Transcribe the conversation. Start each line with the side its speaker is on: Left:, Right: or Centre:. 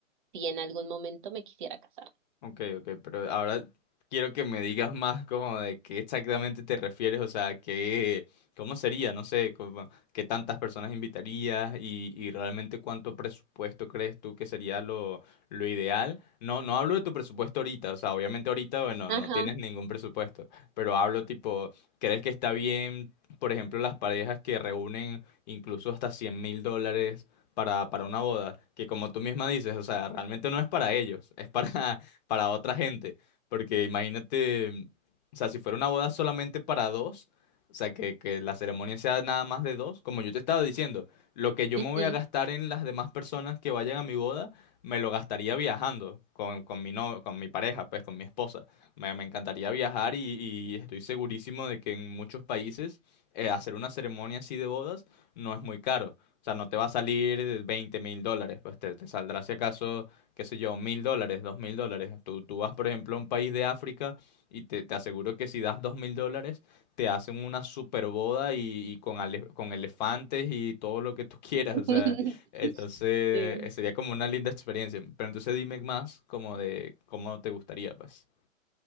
Right: si en algún momento me quisiera casar.
Left: Ok, ok, pero ahora quiero que me digas más como de qué exactamente te refieres, o sea, qué, cómo sería, no sé, como, qué tantas personas invitarías y, y realmente cuánto presupuesto crees tú que sería lo, lo ideal. No, no hablo de tu presupuesto ahorita, o sea, obviamente ahorita, bueno,
Right: Ajá.
Left: no tienes ningún presupuesto, pero hablo tipo, ¿crees que está bien, por ejemplo, las parejas que reúnen incluso hasta cien mil dólares para, para una boda? Que como tú misma dices, o sea, realmente no es para ellos, es para para otra gente. Porque imagínate, o sea, si fuera una boda solamente para dos, o sea, que, que la ceremonia sea nada más de dos, como yo te estaba diciendo, lo que yo
Right: ujú.
Left: me voy a gastar en las demás personas que vayan a mi boda, me lo gastaría viajando con, con mi no, con mi pareja, pues con mi esposa. Me, me encantaría viajar y, y estoy segurísimo de que en muchos países eh, hacer una ceremonia así de bodas no es muy caro. O sea, no te va a salir veinte mil dólares, pues te, te saldrá si acaso qué sé yo, mil dólares, dos mil dólares. Tú, tú vas, por ejemplo, a un país de África y te, te aseguro que si das dos mil dólares, te hacen una super boda y, y con, ale- con elefantes y todo lo que tú <laughs> quieras.
Right: <laughs>
Left: O sea, entonces
Right: Sí.
Left: eh, sería como una linda experiencia. Pero entonces dime más como de cómo te gustaría, pues.